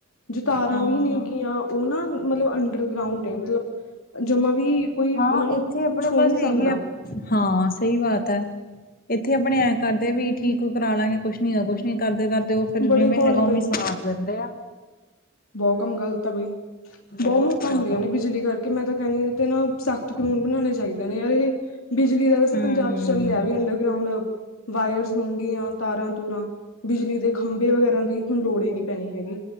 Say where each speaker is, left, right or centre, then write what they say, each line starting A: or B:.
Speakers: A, on the left (about 80°); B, on the left (about 40°).
A: ਜੇ ਤਾਰਾਂ
B: ਹਾਂ
A: ਵੀ ਨੇ ਗੀਆਂ ਓਨਾ ਮਤਲਬ ਅੰਡਰਗਰਾਉਂਡ ਨੇ, ਮਤਲਬ ਜਮਾ ਵੀ ਕੋਈ ਉਹਨਾਂ
B: ਹਾਂ,
A: ਨੂੰ
B: ਏਥੇ ਅਪਣੇ
A: ਛੂਹ
B: ਬਸ
A: ਨਹੀਂ ਸਕਦਾ
B: ਏਹੀ ਐ ਹਾਂ, ਸਈ ਬਾਤ ਐ। ਏਥੇ ਅਪਣੇ ਐਂ ਕਰਦੇ ਵੀ ਠੀਕ ਕਰਾ ਲਾਂਗੇ, ਕੁਛ ਨੀ-ਕੁਛ ਨੀ ਕਰਦੇ-ਕਰਦੇ ਤੇ ਓ ਫੇਰ
A: ਬੜੇ
B: ਜਿਵੇਂ
A: ਘੋਲੀ
B: ਹੈਗਾ, ਓਵੀ ਸਾਰ ਲੈਂਦੇ ਆ।
A: ਬਓ ਕੰਮ ਗ਼ਲਤ ਆ ਬਈ, ਬਓ
B: ਬਹੁਤ
A: ਮੌਤਾਂ
B: ਜ਼ਿਆਦਾ
A: ਹੁੰਦੀਆਂ ਨੇ ਬਿਜਲੀ ਕਰਕੇ। ਕਿ ਮੈਂ ਤਾਂ ਕੈਂਨੀਂ ਆ ਏਦੇ ਤੇ ਨਾ ਸਖਤ ਕਾਨੂੰਨ ਬਣਾਣੇ ਚਾਈਦੇ ਨੇ ਯਾਰ ਏਦੇ ਤੇ। ਬਿਜਲੀ ਦਾ ਵੈਸੇ
B: ਹੂੰ
A: ਪੰਜਾਬ ਚ ਚੱਲੇਆ ਵੀ ਅੰਡਰਗਰਾਊਂਡ ਵਾਯਰਸ ਹੋਣਗੀਆਂ ਤਾਰਾਂ-ਤੂਰਾਂ ਬਿਜਲੀ ਦੇ ਖੰਭੇ ਵਗੈਰਾ ਦੀ ਹੁਣ ਲੋੜ ਹੀ ਨੀ ਪੈਣੀ ਹੈਗੀ,